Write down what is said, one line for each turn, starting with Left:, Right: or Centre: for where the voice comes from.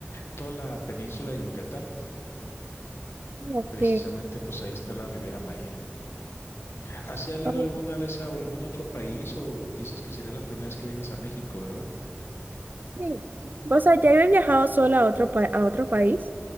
Left: toda la península de Yucatán,
Right: Ok.
Left: precisamente pues ahí está la Riviera Maya. ¿Has salido
Right: ok,
Left: alguna vez a algún otro país o dices que será la primera vez que vienes a México, verdad?
Right: sí. O sea, ya yo he viajado sola a otro, pa- a otro país.